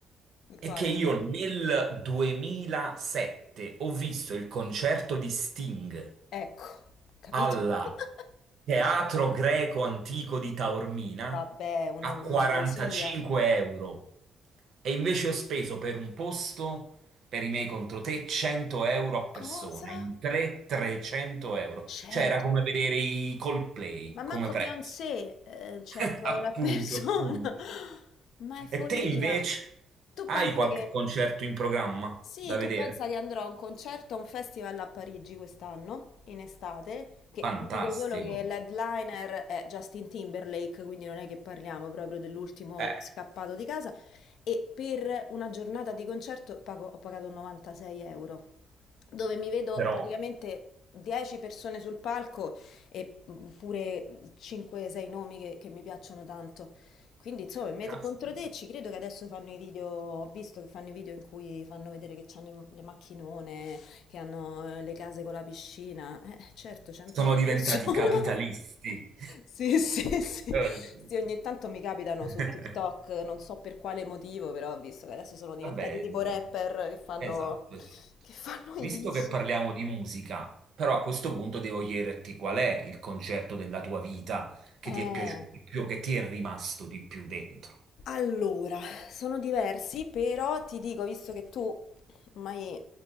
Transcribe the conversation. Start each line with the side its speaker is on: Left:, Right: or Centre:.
Right: è
Left: Quale?
Right: che io nel 2007 ho visto il concerto di Sting
Left: Ecco, capito?
Right: alla
Left: <laughs>
Right: Teatro Greco Antico di Taormina
Left: Vabbè, una,
Right: a
Left: una
Right: 45
Left: poesia.
Right: euro e invece ho speso per un posto per i miei contro te 100 euro a persona,
Left: Cosa?
Right: in tre 300 euro.
Left: 100?
Right: Cioè era come vedere i Coldplay
Left: Ma manco
Right: come prezzo.
Left: Beyoncé, eh, 100
Right: <laughs> Appunto,
Left: euro a persona,
Right: appunto.
Left: <laughs> ma è follia.
Right: E te invece
Left: Tu pensa
Right: hai qualche
Left: che,
Right: concerto in programma
Left: sì,
Right: da vedere?
Left: tu pensa che andrò a un concerto, a un festival a Parigi quest'anno, in estate, che
Right: Fantastico.
Left: ti dico solo che l'headliner è Justin Timberlake, quindi non è che parliamo proprio dell'ultimo
Right: Eh,
Left: scappato di casa, e per una giornata di concerto pago- ho pagato 96 euro dove mi vedo
Right: però,
Left: praticamente 10 persone sul palco e mm, pure 5-6 nomi che, che mi piacciono tanto. Quindi, insomma, me
Right: caspita,
Left: contro te ci credo che adesso fanno i video, ho visto che fanno i video in cui fanno vedere che hanno le macchinone, che hanno eh, le case con la piscina. Eh, certo, 100
Right: sono
Left: euro a
Right: diventati
Left: persona.
Right: capitalisti.
Left: <laughs> Sì, sì, sì.
Right: Eh, sì.
Left: Sì, ogni tanto mi capitano
Right: <laughs>
Left: su TikTok, non so per quale motivo, però ho visto che adesso sono diventati
Right: Vabbè,
Left: tipo
Right: di-
Left: rapper
Right: di-
Left: che fanno,
Right: esatto, esatto.
Left: che fanno i
Right: Visto
Left: diss.
Right: che parliamo di musica, però a questo punto devo chiederti qual è il concerto della tua vita che
Left: Eh.
Right: ti è piaciuto di più, che ti è rimasto di più dentro.
Left: Allora, sono diversi, però ti dico, visto che tu mi hai